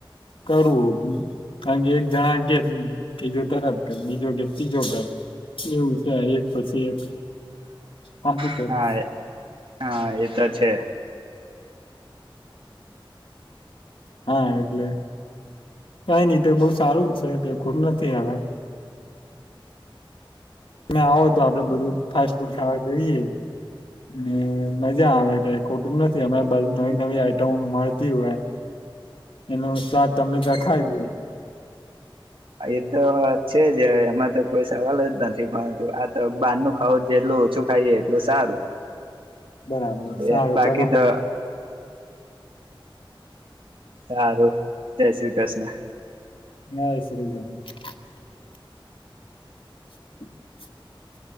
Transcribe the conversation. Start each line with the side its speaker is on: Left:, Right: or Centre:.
Left: કરવું, કાણ કે એક જણા કે બીજો તરત કે, બીજો કે ત્રીજો કે. એવું છે, એક પછી એક. આ હું કરસ?
Right: હા હા, એ તો છે.
Left: હા, એટલે કઈ નઈ, તો બહ સારું જ છે એટલે. કંઇ ખોટું નથી હવે. તમે આવો તો, આપડે બધું ફાસ્ટ ફૂડ ખાવા જઈએ ને ભાઈ મજા આવે, કંઇ ખોટું નથી અમેં <unintelligible> નવી-નવી આઈટમો મળતી હોય. એનો સ્વાદ તમને ચખાવીએ.
Right: હા એ તો આ છે જ, હવે એમાં તો કોઈ સવાલ જ નથી પરંતુ આ તો બહારનું ખાાવું જેટલું ઓછું ખાઈએ એટલું સારું.
Left: બરાબર
Right: બે
Left: સારું
Right: બાકી
Left: ચલો
Right: તો સારું. જય શ્રી કૃષ્ણ.
Left: <unintelligible> <inaudible>